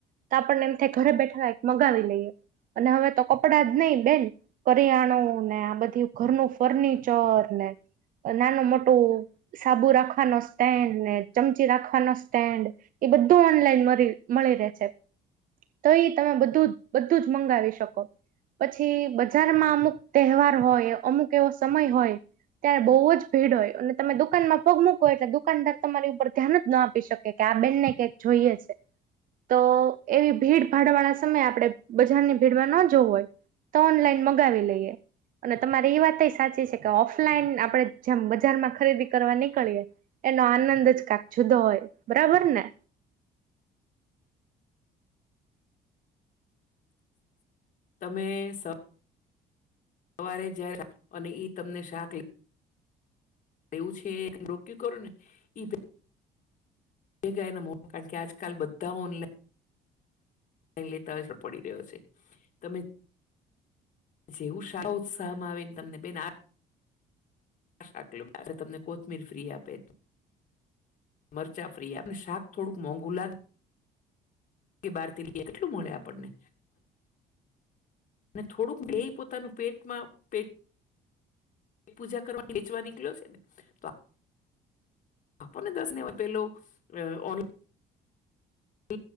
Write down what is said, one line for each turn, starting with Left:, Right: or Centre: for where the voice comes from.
Right: તો આપણને એમથી ઘરે બેઠાલા એક મગાવી લઈએ અને હવે તો કપડાં જ નહી બેન કરિયાણું ને આ બધું ઘરનું ફર્નિચર ને નાનું મોટું સાબુ રાખવાનો સ્ટેન્ડ ને ચમચી રાખવાનો સ્ટેન્ડ એ બધું ઓનલાઈન મળી રહે છે તો એ તમે બધું બધું જ મંગાવી શકો પછી બજારમાં અમુક તહેવાર હોય અમુક એવો સમય હોય ત્યારે બહુ જ ભીડ હોય અને તમે દુઃખ દુકાનમાં પગ મૂકવો એટલે દુકાનદાર તમારી ઉપર ધ્યાન જ ના આપી શકે કે આ બે ને કંક જોઈએ છે. તો એવી ભીડ ભાડવાના સમય આપણે બજારની ભીડમાં ન જોવું હોય. તો ઓનલાઈન મગાવી લઈએ અને તમારી એ વાત સાચી છે કે ઓફલાઈન આપડે જેમ બજારમાં ખરીદી કરવા નીકળીએ એનો આનંદ જ કાક જુદો હોય બરાબર ને
Left: તમે સ સવારે જાય અને ઈ તમને શાક લ એવું છે એ રોક્યું કરો ને ઈ ગયા કારણ કે આજકાલ બધા ઓનલાઈન લેતા હોય છે પડી રહ્યો છે. તમે જેવું સારા ઉત્સાહમાં આવીને તમને બેન. આટલું બ તમને કોથમીર ફ્રી આપે. મરચા ફ્રી અને શાક થોડુંક મોંઘુ લાગે કે બાર લઇ કેટલું મળે આપણને અને થોડુંક દેય પોતાનું પેટમાં પેટ પૂજા કરવા વેચવા નીકળ્યો છે ને તો? આપોને દસને પેલો ઓ ટ